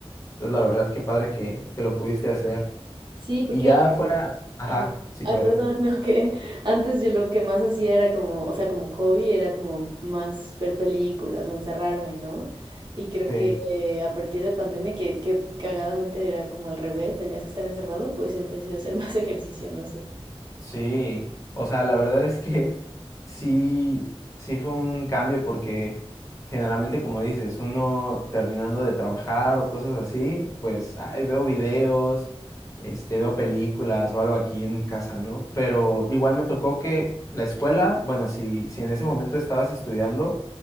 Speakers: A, on the left; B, on the right.
A: Entonces, la verdad, qué padre que, que lo pudiste hacer.
B: Sí, porque
A: Y ya
B: antes...
A: fuera, ajá,
B: Ajá.
A: sí,
B: Ay,
A: perdón.
B: perdón, <laughs> no, que antes yo lo que más hacía era como, o sea, como hobby, era como más ver películas o encerrarme, ¿no? Y creo
A: Sí.
B: que eh, a partir de pandemia, que, que cagadamente era como al revés, tenías que estar encerrado, pues empecé a hacer más <laughs> ejercicio, no sé.
A: Sí, o sea, la verdad es que <laughs> sí, sí fue un cambio porque generalmente, como dices, uno terminando de trabajar o cosas así, pues ay, veo videos, este, veo películas o algo aquí en mi casa, ¿no? Pero igual me tocó que la escuela, bueno, si, si en ese momento estabas estudiando,